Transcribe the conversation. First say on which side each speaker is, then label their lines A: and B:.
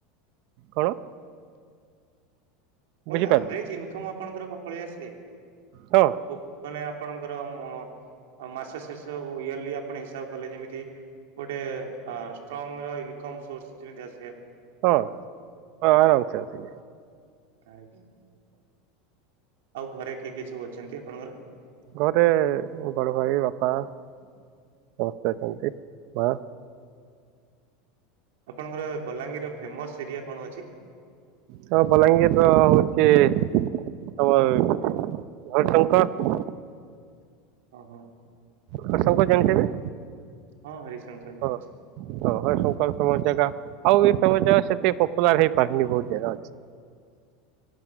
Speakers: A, on the right (about 45°); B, on the right (about 80°).
A: କଣ?
B: ମୁଁ କଇଲି
A: ବୁଝିପାରିଲି
B: ଆଭରେଜ ଇନକମ୍ ଆପଣଙ୍କର ପ ପଳେଇ ଆସେ।
A: ହଁ।
B: ଉ ମାନେ ଆପଣଙ୍କର ମ ମାସ ଶେଷ ଇୟରଲି ଆପଣ ହିସାବ କଲେ କେମିତି? ଗୋଟେ ଆ ଷ୍ଟଙ୍ଗ ର ଇନ୍ କମ୍ ସର୍ସ ଯେମତି ଆସେ।
A: ହଁ ହଁ ଆରାମ ସେ ଆସ।
B: ଆଜ୍ଞା ଆଉ ଘରେ କିଏ କିଏ ସବୁ ଅଛନ୍ତି ଆପଣଙ୍କର?
A: ଘରେ ବଡ଼ ଭାଇ ବାପା ସମସ୍ତେ ଅଛନ୍ତି ମା।
B: ଆପଣଙ୍କର ବଲାଙ୍ଗୀର ଫେମସ୍ ଏରିଆ କଣ ଅଛି?
A: ହଁ ବଲାଙ୍ଗୀର ର ହଉଛି ତମର ହରିଶଙ୍କର।
B: ଓହୋ।
A: ହରିଶଙ୍କର ଜାଣିଥିବେ?
B: ହଁ ହରିଶଙ୍କର। ଜାଣିଛି।
A: ହଁ। ଓ ହ ଶଙ୍କର ସମଜ ଜାଗା ଆଉ ବି ସମ ଜାଗା ସେତି ପପୁଲାର ହେଇପାରନି ବହୁତ ଜାଗା ଅଛି।
B: <inaudible>